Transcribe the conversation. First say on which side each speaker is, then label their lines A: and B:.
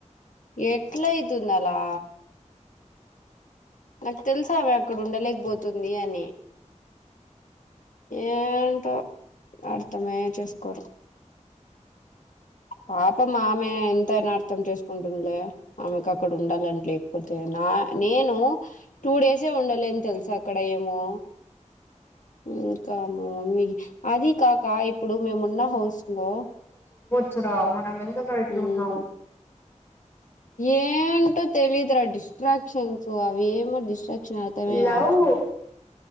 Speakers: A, on the left; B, on the left.
A: ఎట్లాయితుందలా నాకు తెలుసామె అక్కడ ఉండలేకపోతుంది అని ఏంటో అర్థమే చేస్కోరు పాపంమామె ఎంతైనా అర్థం చేసుకుంటుందిలే ఆమెకు అక్కడ ఉండాలని లే పోతే నా నేను టూ డేసే ఉండలేనను తెలుసా అక్కడ ఏమో ఇంక మా మమ్మి అది కాక ఇప్పుడు మేమున్న హౌస్ లో
B: చరా మనం ఎందుకురా ఇట్లున్నాం
A: మ్మ్ ఏంటో తెలిద్ర డిస్ట్రాక్షన్స్ అవేమో డిస్ట్రా క్షన్ అర్ధమే
B: లవ్
A: కావట్ల